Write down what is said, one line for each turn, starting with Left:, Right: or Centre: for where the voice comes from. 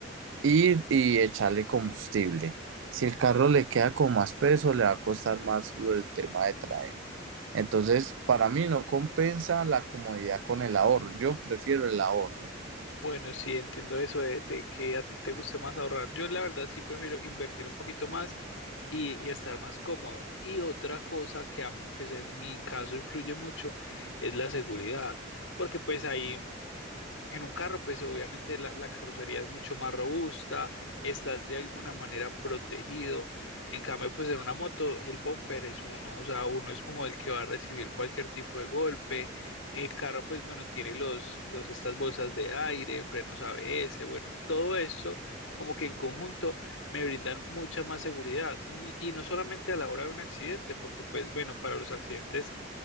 Right: ir y echarle combustible. Si el carro le queda con más peso, le va a costar más lo, el tema de traer. Entonces, para mí no compensa la comodidad con el ahorro. Yo prefiero el ahorro.
Left: Bueno, sí, entiendo eso de, de que a ti te guste más ahorrar. Yo la verdad sí prefiero invertir un poquito más y, y estar más cómodo. Y otra cosa que a mí, pues en mi caso influye mucho es la seguridad, porque pues ahí en un carro, pues obviamente la, la carrocería es mucho más robusta, estás de alguna manera protegido. En cambio, pues en una moto, el bumper es uno, o sea, uno es como el que va a recibir cualquier tipo de golpe. El carro, pues bueno, tiene los, los, estas bolsas de aire, frenos ABS, bueno, todo esto como que en conjunto me brindan mucha más seguridad. Ni- Y no solamente a la hora de un accidente, porque pues bueno, para los accidentes